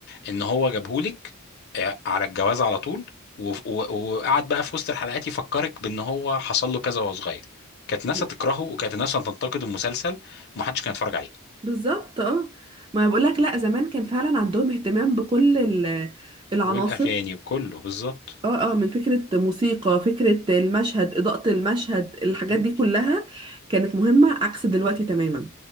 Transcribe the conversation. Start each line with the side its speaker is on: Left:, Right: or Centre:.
Left: ان هو جابهولك آه، على الجواز على طول وف- و- وقعد بقى في وسط الحلقات يفكرك بان هو حصل له كذا وهو صغير كانت ناس
Right: م-
Left: هتكرهه وكانت ناس هتنتقد المسلسل ومحدش كان يتفرج عليه
Right: بالظبط اه ما بقول لك لا زمان كان فعلا عندهم اهتمام بكل ال- العناصر
Left: والاغاني وكله بالظبط
Right: اه اه من فكرة موسيقى فكرة المشهد إضاءة المشهد الحاجات
Left: بالظبط
Right: دي كلها كانت مهمة عكس دلوقتي تماما